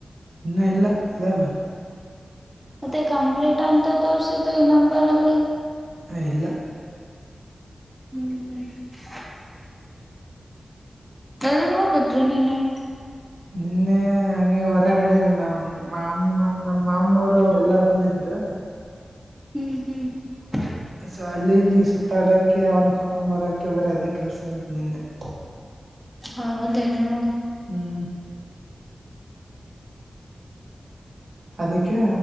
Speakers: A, on the right; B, in the centre.
A: ಇನ್ನ ಇಲ್ಲ ಇದಲ್ಲ
B: ಮತ್ತೆ ಕಂಪ್ಲೀಟ್ ಅಂತ ತೋರ್ಸಿದ್ದು ಈ ನಂಬರ್ಲ್ಲಿ <inaudible>
A: ಹ ಇಲ್ಲ <inaudible>
B: ಹ್ಮ್ <inaudible> ಅಲ್ಲಿಗೆ ಹೋಗಿದ್ರು ನೀನು <inaudible>
A: ನಿನ್ನೆ <inaudible> ನಂಗೆ ಹೊರಗಡೆ ನಮ್ಮ್ ಮಾಮನ ನಮ ಮಾಮನವರು ಅವ್ರ ಎಲ್ಲಾರು ಬಂದಿದ್ರು <inaudible>
B: ಹ್ಮ್ ಹ್ಮ್ <inaudible>
A: ಸೊ ಅಲ್ಲಿ ಇಲ್ಲಿ ಸುತ್ತಾಡಕ ಅವ್ನ್ ಕರ್ಕೊಂಡ್ ಬರಕ ಬರೀ ಅದೇ ಕೆಲ್ಸ ಆಗತ್ ನಿನ್ನೆ <inaudible>
B: ಹೌದೇನು <inaudible>
A: ಹ್ಮ್ <inaudible> ಅದಕ್ಕೆ